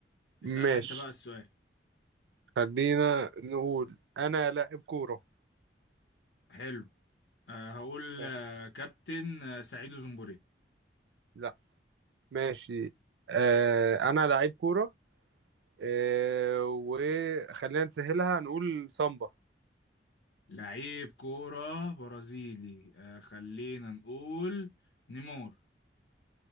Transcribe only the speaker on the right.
ماشي
خلينا نقول انا لاعب كورة
آه،
لا ماشي آه انا لعيب كورة آه وخلينا نسهلها نقول سامبا